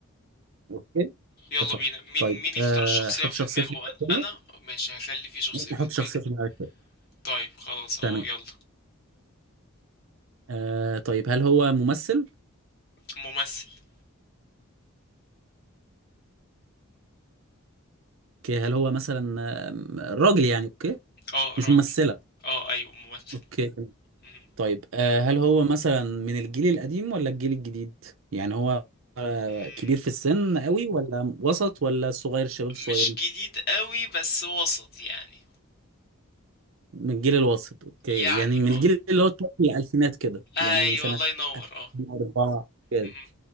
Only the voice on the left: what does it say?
يلا
بينا مين
مين يختار
الشخصية
في
دماغه
أنا
أنا ماشي هخلي في شخصية
في
دماغي
طيب خلاص أهو
يلا
ممثل
آه
راجل
آه أيوه ممثل
مهم.
مم.
مش جديد قوي بس وسط يعني
يعني
آه
أيوه
الله ينور
آه
مهم.